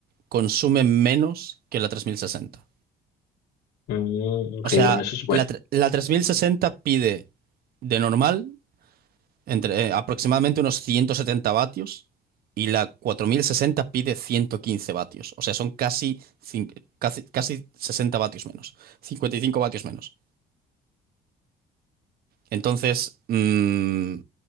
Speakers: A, on the right; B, on the left.
A: consume menos que la tres mil sesenta
B: Mm, ok,
A: O sea,
B: bueno, eso es bueno.
A: la, tre- la 3060 pide de normal entre eh, aproximadamente unos 170 vatios y la 4060 pide 115 vatios. O sea, son casi, cin- casi, casi 60 vatios menos, 55 vatios menos. Entonces, mm,